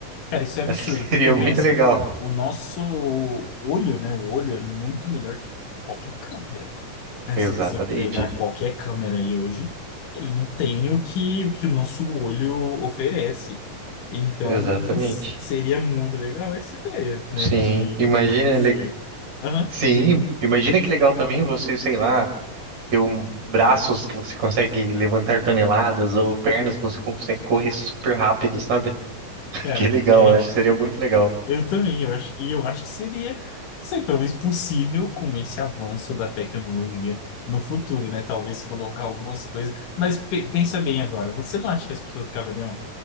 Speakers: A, on the left; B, on the right.
A: Cara,
B: <laughs>
A: isso é absurdo,
B: Acho que
A: porque
B: seria muito
A: pensa,
B: legal.
A: o nosso olho, né? O olho é muito melhor que qualquer câmera. <laughs> Né?
B: Exatamente.
A: Se você pegar qualquer câmera aí hoje, ele não tem o que, o que o nosso olho oferece. Então,
B: Exatamente.
A: seria muito legal essa ideia, né?
B: Sim,
A: De,
B: imagina,
A: de você.
B: le-
A: Aham,
B: sim, imagina que legal também você, sei lá, ter um braços que você consegue levantar toneladas ou pernas que você consegue correr super rápido, sabe?
A: cara,
B: Que legal,
A: é
B: eu acho que seria muito legal.
A: Eu também, eu acho, e eu acho que seria, sei, talvez possível com esse avanço da tecnologia no futuro, né? Talvez colocar algumas coisas. Mas pe- pensa bem agora, você não acha que as pessoas acabariam